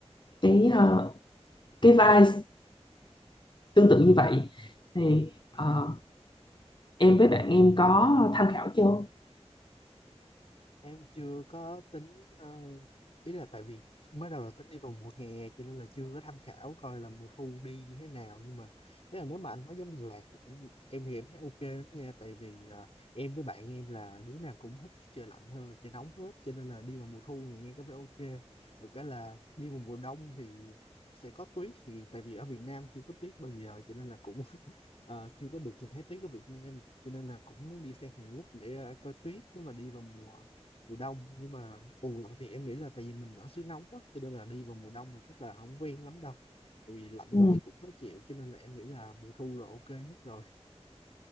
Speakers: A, on the left (about 45°); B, on the left (about 60°).
A: cái ờ, cái vibe tương tự như vậy thì ờ, em với bạn em có tham khảo chưa
B: em chưa có tính ờ, ý là tại vì mới đầu là tính đi vào mùa hè cho nên là chưa có tham khảo coi là mùa thu đi như thế nào nhưng mà nếu là nếu mà anh nói giống Đà Lạt thì em em thì em thấy ok lắm nha tại vì ờ, em với bạn em là đứa nào cũng thích trời lạnh hơn là trời nóng hết cho nên là đi vào mùa thu thì nghe có vẻ ok thực cái là đi vào mùa đông thì sẽ có tuyết thì tại vì ở Việt Nam chưa có tuyết bao giờ cho nên là cũng <laughs> ờ, chưa có được nhìn thấy tuyết ở Việt Nam cho nên là cũng muốn đi sang Hàn Quốc để ờ, coi tuyết nếu mà đi vào mùa mùa đông nhưng mà bù lại thì em nghĩ là tại vì mình ở xứ nóng á cho nên là đi vào mùa đông mà chắc là không quen lắm đâu tại vì lạnh
A: Ừ.
B: quá thì cũng khó chịu cho nên là em nghĩ là mùa thu là ok nhất rồi